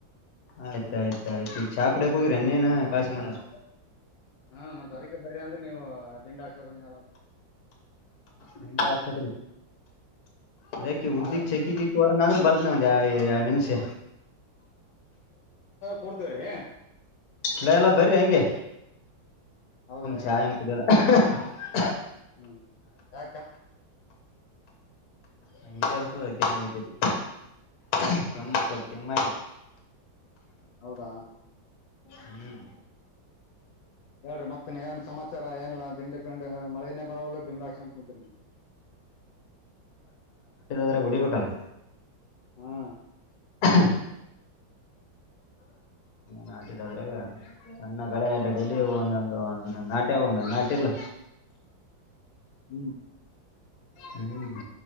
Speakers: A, on the left (about 55°); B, on the left (about 70°).
A: ಆಯ್ತ ಆಯ್ತ್ತ ಆಯ್ತು ಈ ಚಾ ಕುಡಿಯಕ್ ಹೋಗಿರ ನೀೇನ್ ಕಾಶಿ ಮಾಡೋ ಹ
B: ಹಾ ಮತ್ತ್ ಅದಿಕ್ಕೆ ಬರ ಅಂದ್ರೆ ನೀವು ದಿಂಡ ಹಾಕ್ಸಕಂದ
A: ನಿ ಆತ್ ಅದಾಕ
B: ಹಾ
A: ಉದ್ದಿಗ್
B: ರೀ
A: ಚೆಕ್ಕಿಿ ಹೊಡ ಅಂದ್ರೆ ಬರ್ತ್ನ ಒಂದ ನಿಮ್ ತ್ತ
B: ಕೊಡ್ತೇವ್ರೀ.
A: ಇಲ್ಲ ಎಲ್ಲ ಬರ್ರಿ ಹಂಗೆ
B: ಹೌದ್ರಿ
A: ಚಾಯ್ ಅನ್ ಕುಡಲ್ಲ ಹ
B: ಹ್ಮ್ ಯಾ
A: ಭಂಗಗೆೇರತ ಮೈಟರಿ ಹ ಕೆಮ್ಮ ಸ ಕೆಮ್ಮ
B: ಹೌದಾ
A: ಹ್ಮ್
B: ಹೇಳ್ರಿ ಮತ್ತ ಏನ್ ಸಮಾಚಾರ ಏನಲ್ಲ ದಂಡಿ ಮಳೆನೇ ಪರವಾಗಿಲ್ಲ ದಿಂಡಾಕ್ಷಂತ ಕುಂತರಿ
A: ್ರ ಬಿಡಿಬೇಕಲ್ಲ
B: ಹಾ
A: ಹ್ಮ
B: ಅ
A: ಹಾ ದ್ರಾಗ ನಣ್ಣ ಗಳೆ ಅಡ್ಡಡಲ್ಲಿ ಒಂದೊಂದು ಒ ನಾಟ್ಯ ಒಂದ ನಾಟ ಇಲ್ಲ.
B: ಹ್ಮ್
A: ಹ್ಮ್